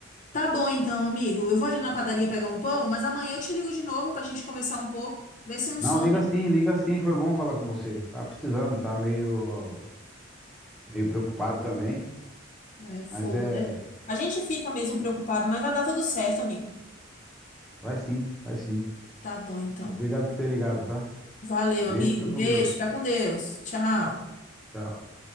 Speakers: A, on the left; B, in the centre.
A: Tá bom então, amigo. Eu vou ali na padaria pegar um pão, mas amanhã eu te ligo de novo pra gente conversar um pouco, ver se não
B: Não,
A: some.
B: liga sim, liga sim, foi bom falar com você. Tá precisando, tá meio, meio preocupado também.
A: É fogo,
B: Mas é.
A: né? A gente fica mesmo preocupado, mas vai dar tudo certo, amigo.
B: Vai sim, vai sim.
A: Tá bom então.
B: Obrigado por ter ligado, tá?
A: Valeu,
B: Beijo,
A: amigo.
B: fica com
A: Beijo,
B: Deus.
A: fica com Deus. Tchau.
B: Tchau.